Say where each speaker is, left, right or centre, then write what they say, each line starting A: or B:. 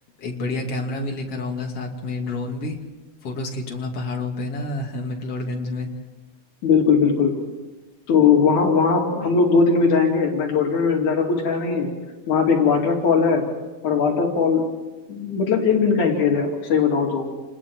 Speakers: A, on the left; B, on the left.
A: एक बढ़िया कैमरा भी लेकर आऊँगा साथ में ड्रोन भी फोटोज़ खींचूंगा पहाड़ों पे ना <laughs> मैक्लोडगंज में
B: बिल्कुल बिल्कुल तो वहाँ वहाँ हम लोग दो दिन बिताएंगे मैक्लोडगंज में ज़्यादा कुछ है नहीं वहाँ पे एक वाटरफॉल है और वाटरफॉल मतलब एक दिन का ही खेल है सही बताऊँ तो